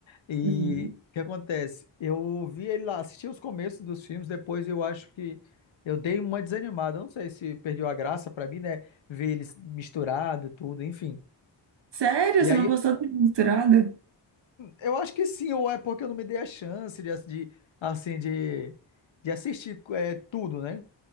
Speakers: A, on the left; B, on the right.
A: e
B: Uhum.
A: o que acontece? Eu vi ele lá, assisti os começos dos filmes, depois eu acho que eu dei uma desanimada. Eu Não sei se perdeu a graça pra mim, né? Ver eles misturado, tudo, enfim.
B: Sério?
A: E
B: Você
A: aí,
B: não gostou do Misturado?
A: eu acho que sim, ou é porque eu não me dei a chance de, ass- de assim, de, de assistir é, tudo, né?